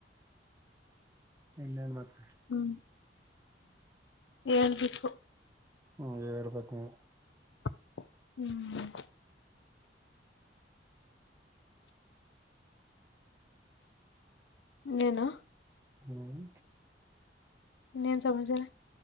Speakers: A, on the right; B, on the left.
A: ಎಲ್ಲನ್ ಮಾತ್
B: ಹ್ಮ್ <inaudible> ಹೇಳ್ಬೇಕು.
A: ಹು ಹೇಳ್ಬೇಕ ನೀವು
B: ಹ್ಮ್ ಏನು
A: ಹ್ಮ್
B: ಇನ್ನನು ಸಂಬಂಚಾರ